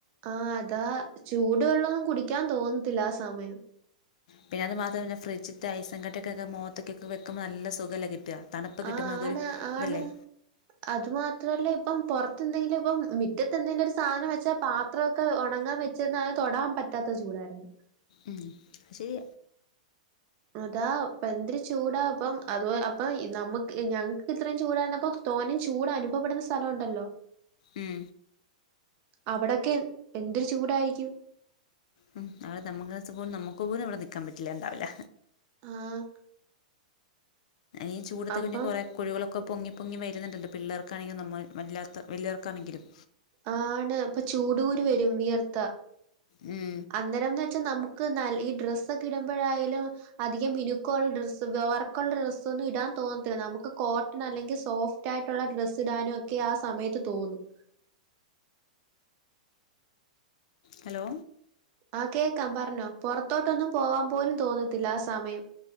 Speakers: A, on the right (about 45°); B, on the left (about 65°).
A: ആഹ് അതാ ചൂട് വെള്ളവൊന്നും കുടിക്കാൻ തോന്നത്തില്ല ആ സമയം.
B: പിന്നെ അതു മാത്രല്ല. ഫ്രഡ്ജിത്തെ ഐസും കട്ടൊക്കെക്കെ മോത്ത്ക്ക് വെക്കുമ്പം നല്ല സുഖല്ലെ കിട്ട. തണുപ്പ് കിട്ടുമ്പം
A: ആ
B: അതൊരു
A: ആണ്
B: ഇതല്ലെ.
A: ആണ് അത് മാത്രല്ല. ഇപ്പം പൊറത്ത് എന്തെങ്കിലും ഇപ്പം മിറ്റത്തെ എന്തെങ്കിലും ഒരു സാധനം വെച്ചാ പാ ത്രക്കെ ഒണങ്ങാൻ വെച്ചിര്ന്നാൽ തൊടാൻ പറ്റാത്ത ചൂടായിരുന്നു.
B: ഉം അ ശെരി
A: അതാ പന്ത്രി ചൂടാ അപ്പം അ അപ്പൊ നമുക്ക് ഞങ്ങക്ക് ഇത്രയും ചൂടായിരുന്നപ്പോ തോനിം ചൂട് അനുഭവപ്പെടുന്ന സ്ഥലം ഉണ്ടല്ലോ.
B: ഉം
A: അവിടൊക്കെ എന്തൊരു ചൂടായിരിക്കും.
B: ഉം അവിടെ തമ് <unintelligible> പോലും നമുക്ക് പോലും അവിടെ നിക്കാൻ പറ്റില്ലണ്ടാവില്ല.
A: ആഹ്
B: ഈ ചൂടത്ത്
A: അപ്പം
B: പിന്നെ കൊറേ കുഴികളൊക്കെ പൊങ്ങി പൊങ്ങി വരുന്നുണ്ടല്ലോ. പിള്ളേർക്കാണങ്കിലും നമ്മൾ വല്ലാത്ത വലിയവർക്കാണെങ്കിലും.
A: ആണ് ഇപ്പൊ ചൂടൂ ക്കുരു വെരും. വിയർത്ത
B: ഉം
A: അന്നേരംന്ന് വെച്ചാ നമുക്ക് ന ഈ ഡ്രസൊക്കെ ഇടുമ്പോഴാലും അതി. ഈ മിനുക്കോൾ ഡ്രസ്സ് വർക്കുള്ള ഡ്രസ്സൊന്നും ഇടാൻ തോന്നത്ത്ല്ല. നമുക്ക് കോട്ടൺ അല്ലെങ്കിൽ സോഫ് തറ്റായിട്ടുള്ള ഡ്രസ്സ് ഇടാനും ഒക്കെ ആ സമയത്ത് തോന്നും.
B: ഹലോ
A: ആ കേക്കാം. പറ്ഞ്ഞോ. പൊറത്തോട്ടൊന്നും പോവാൻ പോലും തോന്നത്തില്ല ആ സമയം.